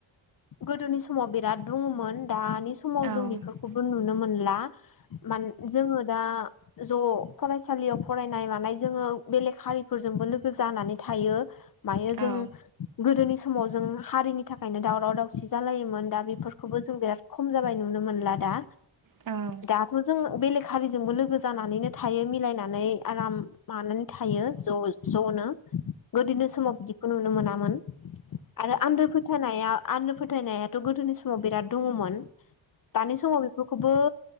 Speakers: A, on the left; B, on the right.
A: गोदोनि समाव बिराद दुङमोन दानि समाव
B: औ
A: जों बेफोरखौबो नुनो मोनला। मान जोङो दा ज फरायसालियाव फरायनाय मानाय जोङो बेलेक हारि। फोरजोंबो लोगो जानानै थायो मायो जों
B: औ
A: गोदोनि समाव जों हारिनि थाखाय दावराव दावसि जालायोमोन दा बेफोरखौबो जों बिराद खम जाबाय नुनो मोनला दा।
B: औ
A: दाथ' जों बेलेक हारिजोंबो लोगो जानानैनो थायो मिलायनानै आराम मानानै थायो । ज' ज'नो गोदोनि समाव बिदिखौ नुनो मोनामोन। आरो आन्दो फोथायनाया आन्दो फोथायनायाथ' गोदोनि समाव बिराद दङमोन। दानि समाव बेफोरखौबो